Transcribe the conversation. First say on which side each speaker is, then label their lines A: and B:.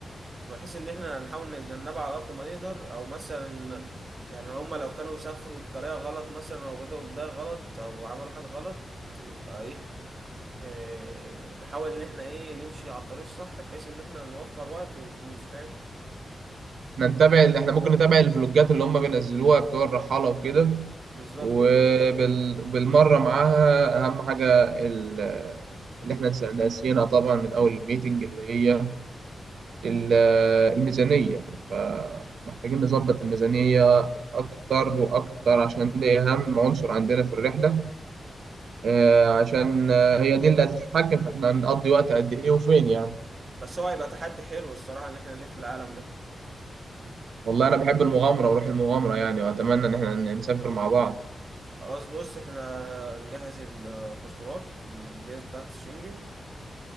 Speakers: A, on the right; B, on the right.
A: بحيث ان احنا نحاول نتجنبها على قد ما نقدر او مثلا يعني هما لو كانوا سافروا بطريقة غلط مثلا او بدأوا بداية غلط او عملوا حاجة غلط يبقى ايه, إيه نحاول ان احنا ايه نمشي على الطريق الصح بحيث ان احنا نوفر وقت وفلوس فاهم
B: نتابع ال- احنا ممكن نتابع الفلوجات اللي هم بينزلوها بتوع الرحالة وكده
A: بالظبط
B: وبالمرة معاها أهم حاجة ال- اللي احنا نس- ناسيينها طبعا من أول الميتنج اللي هي ال- الميزانية فمحتاجين نظبط الميزانية أكتر وأكتر عشان دي أهم عنصر عندنا في الرحلة آه، عشان آه، هي دي اللي هتتحكم في إحنا هنقضي وقت قد إيه وفين يعني
A: بس هو هيبقى تحدي حلو الصراحة ان احنا نلف العالم ده
B: والله أنا بحب المغامرة وروح المغامرة يعني وأتمنى إن إحنا نسافر مع بعض
A: خلاص بص احنا نجهز الباسبورات والفيز بتاعت الشنجن